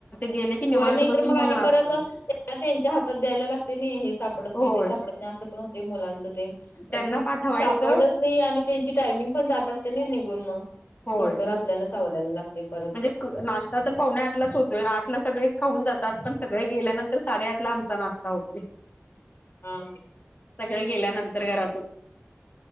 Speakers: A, on the left; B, on the left.
A: गेले. निवांत
B: होय नाही
A: बसून
B: तर मग आणि
A: नाचत
B: परत त्यांच्या हातात द्यायला लागते नाही हे सापडत
A: होय
B: नाही ते सापडत असं पण होते मुलांच ते
A: त्यांना
B: त
A: पाठवायचं
B: सापड. नाही आणि त्यांची टायमिंग पण जात असते ना निघून मग
A: होय
B: बरोबर आपल्याला चावलायला लागते परत.
A: म्हणजे नाश्ता तर पावणे आठ लाच होतोय आठ ला सगळे खाऊन जातात पण सगळे गेल्यानंतर साडेआठ ला आमचा नाश्ता. होते.
B: हा.
A: सगळे गेल्यानंतर घरातून.